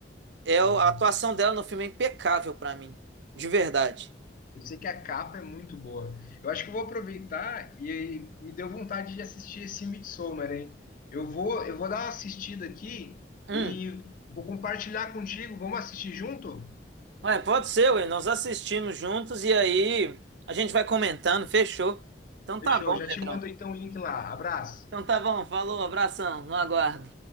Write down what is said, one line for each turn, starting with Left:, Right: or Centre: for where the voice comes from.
Right: é
Left: Uhum.
Right: o- a atuação dela no filme é impecável pra mim, de verdade.
Left: Eu sei que a capa é muito boa. Eu acho que eu vou aproveitar e aí me deu vontade de assistir esse Midsommar, hein? Eu vou, eu vou dar uma assistida aqui
Right: Hum.
Left: e vou compartilhar contigo. Vamos assistir junto?
Right: Ué, pode ser, ué. Nós assistimos juntos e aí a gente vai comentando, fechou. Então
Left: Fechou,
Right: tá bom,
Left: já
Right: Pedrão.
Left: te mando então o link lá. Abraço.
Right: Então tá bom, falou, abração, no aguardo.